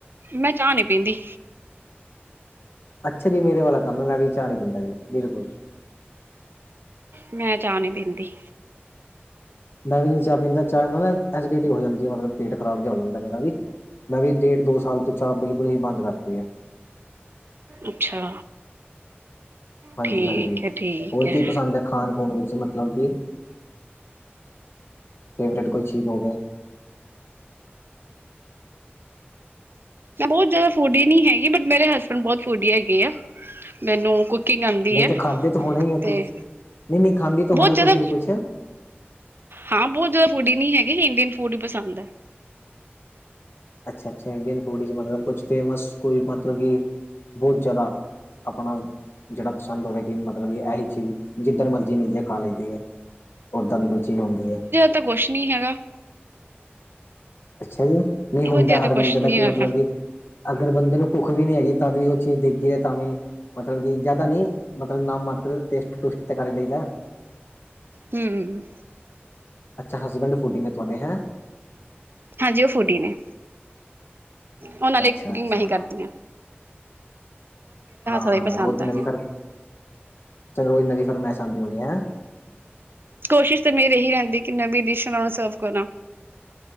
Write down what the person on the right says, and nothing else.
ਮੈਂ ਚਾਹ ਨੀ ਪੀਦੀ।
ਮੈਂ ਚਾਹ ਨੀ ਪੀਂਦੀ।
ਅੱਛਾ।
ਠੀਕ ਹੈ ਠੀਕ
ਹੈ
ਮੈਂ ਬਹੁਤ ਜ਼ਿਆਦਾ ਫੋਡੀ ਨੀ ਹੈਗੀ, ਬਟ ਮੇਰੇ ਹਸਬੈਂਡ ਬਹੁਤ ਫੋਡੀ ਹੈਗੇ ਆ। ਮੈਨੂੰ ਆਂਦੀ
ਐ
ਤੇ
ਬਹੁਤ ਜ਼ਿਆਦਾ
ਹਾਂ ਬਹੁਤ ਜ਼ਿਆਦਾ ਫੂਡੀ ਹੀ ਨੀ ਹੈਗੇ ਇੰਡੀਅਨ ਫੂਡ ਹੀ ਪਸੰਦ ਐ।
ਤੇ ਕੁਛ ਨਹੀਂ ਹੈਗਾ।
ਇਹੋ
ਜਿਹਾ ਤਾਂ
ਕੁਛ
ਨੀ
ਹੈਗਾ
ਹਮ।
ਹਾਂਜੀ ਉਹ ਫੁਡੀ ਨੇ। ਉਹਨਾਂ ਲਈ
ਕੁਕਿੰਗ
ਮੈਂ ਹੀ ਕਰਦੀ ਹਾਂ।
ਦਾ ਹੀ ਪਸੰਦ
ਐ।
ਕੋਸ਼ਿਸ਼ ਤਾਂ ਮੇਰੀ ਇਹੀ ਰਹਿੰਦੀ ਕਿ ਨਵੀ ਡਿਸ਼ ਨਾਲ ਸਰਵ ਕਰਾਂ।